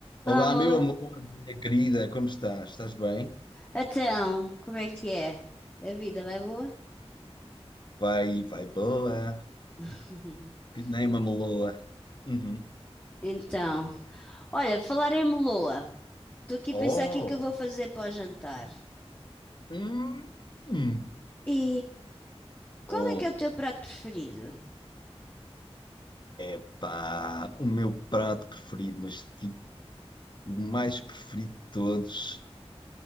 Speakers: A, on the left; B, on the left.
A: Olá,
B: Olá,
A: amor.
B: meu amor, minha querida, como estás? Estás bem?
A: Então, como é que é? A vida vai boa?
B: Vai, vai boa,
A: <laughs>
B: que nem uma meloa. Uhum.
A: Então, olha, falar em meloa. Estou aqui
B: Oh!
A: a pensar o que é que eu vou fazer para o jantar.
B: Hum, hum.
A: E qual
B: Bom,
A: é que é o teu prato preferido?
B: pá, o meu prato preferido, mas tipo, o mais preferido de todos,